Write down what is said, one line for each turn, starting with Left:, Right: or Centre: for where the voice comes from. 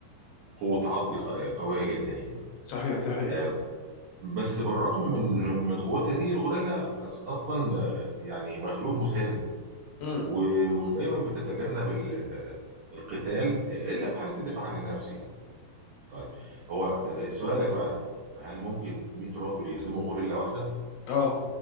Right: وقوة عض ق- قوية جدا يعني
Left: صحيح دي حقيقة
Right: آه، بس بالرغم من من قوتها دي الغوريلا أص- اصلا آه، يعني مخلوق مسالم
Left: مم.
Right: و- ودايما بتتجنب ال- القتال الا في حاله الدفاع عن النفس يعني طيب هو ده- سؤالك بقى هل ممكن 100 راجل يهزموا غوريلا واحده
Left: اه